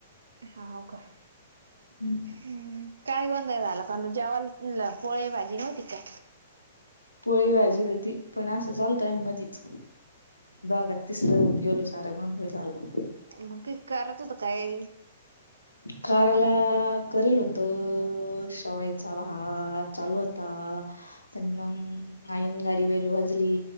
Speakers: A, on the right; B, on the left.
A: हा हो का?
B: हम्म.
A: हम् काय गोंधळ झाला? कांना जेवायला पोळी भाजी नव्हती का?
B: पोळी भाजी होती, पण असंच आल्तो मधीच. दोगात तिसरा होऊन गेलो, सारा गोंधळ झाला.
A: मग का करत होत काय
B: काराला
A: खायला
B: करेल होत, शेवायचा भात चालू होता. पण मग आईन गाडी बेल वाजली,